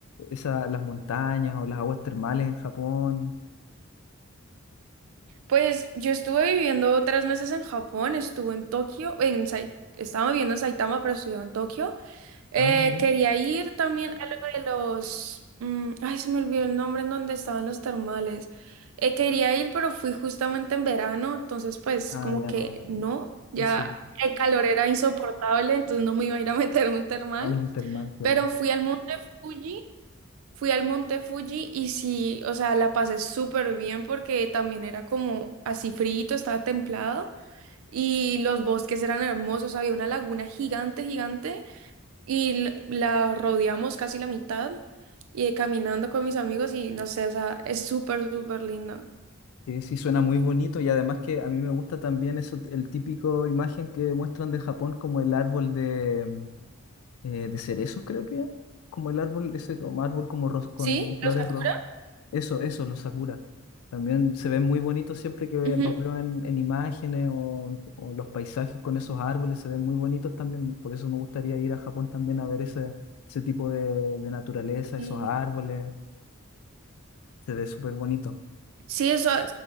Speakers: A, on the left (about 80°); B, on the right (about 75°).
A: esa, las montañas o las aguas termales en Japón.
B: Pues yo estuve viviendo tres meses en Japón, estuve en Tokio, en Sai- estaba viviendo en Saitama, pero estudiaba en Tokio. Eh,
A: Ah, ya.
B: quería ir también a lo de los... mm, ay, se me olvidó el nombre en donde estaban los termales. Eh, quería ir, pero fui justamente en verano, entonces pues
A: Ah,
B: como
A: ya
B: que
A: no.
B: no, ya
A: Sí,
B: el calor era insoportable, entonces no me iba a ir a <laughs> meter a un termal.
A: a un termal, claro.
B: Pero fui al monte Fuji Fui al Monte Fuji y sí, o sea, la pasé súper bien porque también era como así frito, estaba templado y los bosques eran hermosos, había una laguna gigante, gigante y l- la rodeamos casi la mitad y eh, caminando con mis amigos y no sé, o sea, es súper, súper lindo.
A: Sí, sí, suena muy bonito y además que a mí me gusta también eso, el típico imagen que muestran de Japón como el árbol de, mm, eh, de cerezos, creo que, como el árbol, ese como árbol como ros- con
B: ¿Sí?
A: flores
B: ¿Los Sakura?
A: rosas. Eso, eso, los sakura. También se ven muy bonitos siempre que
B: Ujú.
A: los veo en, en imágenes o, o los paisajes con esos árboles se ven muy bonitos también. Por eso me gustaría ir a Japón también a ver ese, ese tipo de, de naturaleza,
B: Y
A: esos árboles. Se ve súper bonito.
B: sí, eso,